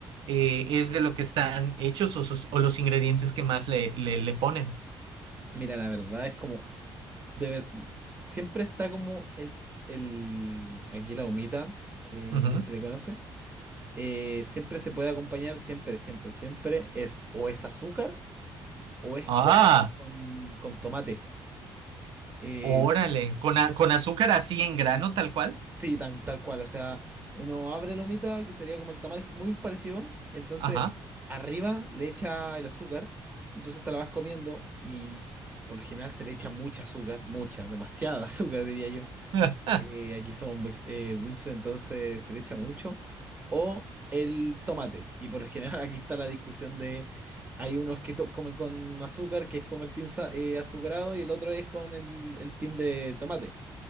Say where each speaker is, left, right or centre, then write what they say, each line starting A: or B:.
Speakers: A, on the right; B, on the right.
A: eh, es de lo que están hechos o, sus- o los ingredientes que más le, le, le ponen.
B: Mira, la verdad es como, de ver- siempre está como el, el, aquí la humita eh,
A: Ujú.
B: que se le conoce, eh, siempre se puede acompañar, siempre, siempre, siempre, es o es azúcar o es
A: Ah,
B: con, con, con tomate. Eh,
A: órale, con, a-
B: es
A: con azúcar así en grano, tal cual.
B: Sí, tal, tal cual. O sea, uno abre la humita, que sería como el tamal, es muy parecido. Entonces,
A: Ajá.
B: arriba le echa el azúcar. Entonces te la vas comiendo y por lo general se le echa mucha azúcar, mucha, demasiada <laughs> azúcar, diría yo.
A: <laughs>
B: Eh, aquí somos muy eh, dulces, entonces se le echa mucho. O el tomate. Y por lo general <laughs> aquí está la discusión de, hay unos que to- comen con azúcar, que es como el team sa- eh, azucarado, y el otro es con el, el team de tomate.